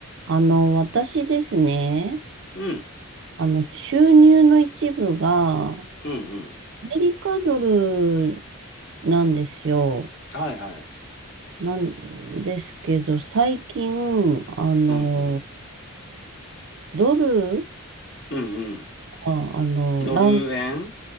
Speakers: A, on the right; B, on the left.
A: あの、私ですね、
B: うん、
A: あの、収入の一部がア
B: うん、うん。
A: メリカドルなんですよ。
B: はいはい。
A: なんですけど、最近、あの、
B: うん、うん。
A: ドル
B: うん、うん。
A: が、あの、
B: ドル円
A: 乱、